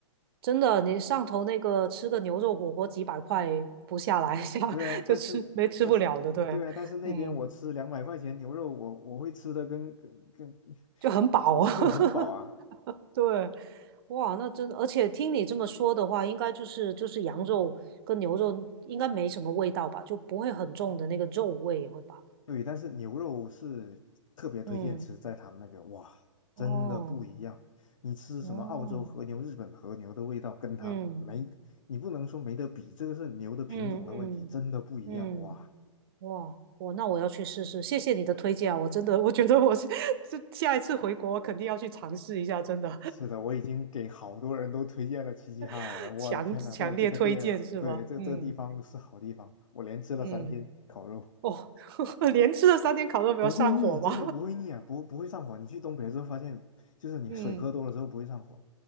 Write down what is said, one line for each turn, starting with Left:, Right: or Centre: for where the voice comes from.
Right: 真的，你上头那个吃个牛肉火锅几百块不下来，<laughs> 下就吃没吃不了的，
Left: 对啊，但是但是对啊，
Right: 对，
Left: 但是那边我吃两百块钱牛肉，
Right: 嗯，
Left: 我我会吃的跟跟跟，
Right: 就很饱啊。
Left: <laughs> 对，
Right: <laughs>
Left: 很饱啊。
Right: 对，哇，那真而且听你这么说的话，应该就是就是羊肉跟牛肉应该没什么味道吧，就不会很重的那个肉味，会吧？
Left: 对，但是牛肉是特别推荐吃在他们那边，
Right: 嗯，
Left: 哇，真的不一样。
Right: 哦，
Left: 你吃什么澳洲和牛、
Right: 哦，
Left: 日本和牛的味道，跟它没，
Right: 嗯
Left: 你不能说没得比，这个是牛的品种的问题，
Right: 嗯嗯
Left: 真的不一样。
Right: 嗯，
Left: 哇，
Right: 哇，我那我要去试试，谢谢你的推荐啊，我真的我觉得我是 <laughs> 这下一次回国我肯定要去尝试一下，真的，
Left: 是的，我已经给好多人都推荐了齐齐哈尔了。
Right: <laughs>
Left: 我的天呐，
Right: 强强烈推荐是吧？
Left: 这这个店，对，这这个地方是好地方，
Right: 嗯
Left: 我连吃了三天烤肉，
Right: 嗯，哦，<laughs> 连吃了三天烤肉没有上火吗？
Left: 不会腻，真的不会腻啊，不不会上火。你去东北之后发现，就是你水喝多了之后不会上火。
Right: <laughs> 嗯，